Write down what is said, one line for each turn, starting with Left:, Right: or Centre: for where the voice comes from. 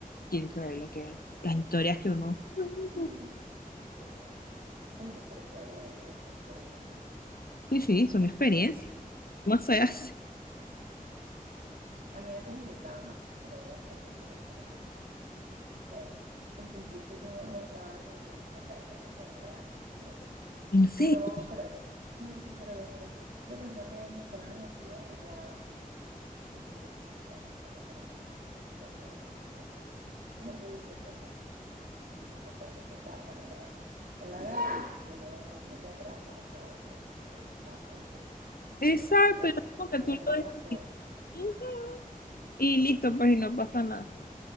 Left: Qué increíble que es. Las historias que uno. <laughs>
Right: sí, sí, sí, qué bueno. Bueno, pero está bien, esas son experiencias.
Left: Sí, sí, son experiencias. ¿Cómo se hace?
Right: A mí antes me gustaba más, pero después de un tiempo yo dije, no sé. Este, incluso yo estaba en acá en el modelaje y eso.
Left: En serio.
Right: Pero creo, sí, pero después lo que fue que empecé la universidad ya mis intereses cambiaron, no me parecen mucho, empecé a hacer otras cosas. Como tú dices, pues en esa etapa no la, no la agarras, o no, no te atrapa, ya después como que te pasa y ya
Left: Exacto,
Right: pierdes,
Left: es como que
Right: pierdes
Left: tú lo decides.
Right: la cosa.
Left: Ujú. Y listo, pues, y no pasa nada.